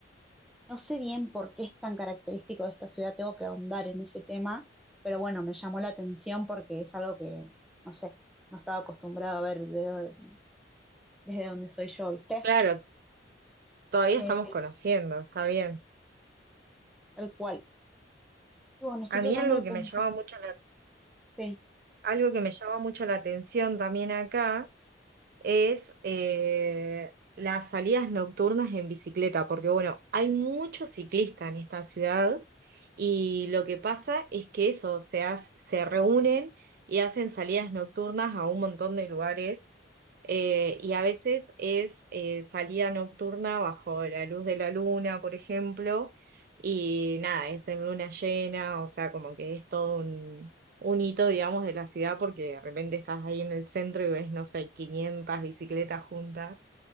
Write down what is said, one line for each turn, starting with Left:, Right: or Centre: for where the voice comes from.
Centre: No sé bien por qué es tan característico de esta ciudad, tengo que ahondar en ese tema, pero bueno, me llamó la atención porque es algo que, no sé, no estaba acostumbrado a ver de do- desde donde soy yo, ¿viste?
Right: Claro, todavía
Centre: Eh,
Right: estamos conociendo, está bien.
Centre: tal cual. Y bueno, estoy
Right: A
Centre: tratando
Right: mí algo
Centre: de pensar.
Right: que me llama mucho la,
Centre: Sí.
Right: algo que me llama mucho la atención también acá es eh, las salidas nocturnas en bicicleta, porque bueno, hay muchos ciclistas en esta ciudad y lo que pasa es que eso, o sea, s- se reúnen y hacen salidas nocturnas a un montón de lugares eh, y a veces es eh, salida nocturna bajo la luz de la luna, por ejemplo, y nada, es en luna llena, o sea, como que es todo un hito, digamos, de la ciudad porque de repente estás ahí en el centro y ves, no sé, 500 bicicletas juntas.